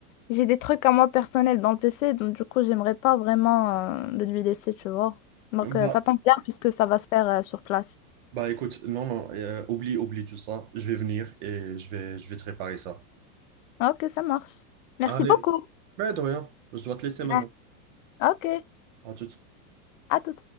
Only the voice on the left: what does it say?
j'ai des trucs à moi personnels dans le PC, donc du coup, j'aimerais pas vraiment euh, le lui laisser, tu vois. Donc,
euh, ça tombe bien puisque ça va se faire euh, sur place.
Ah, Ok, ça marche. Merci
beaucoup.
Ah, Ok,
à tout